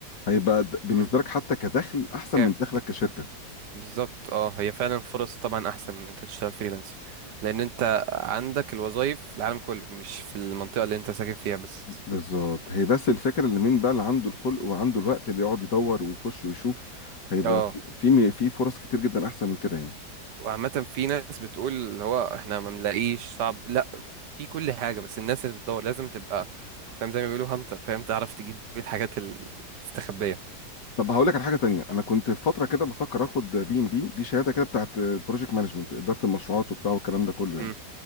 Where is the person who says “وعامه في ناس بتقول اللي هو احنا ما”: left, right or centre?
Right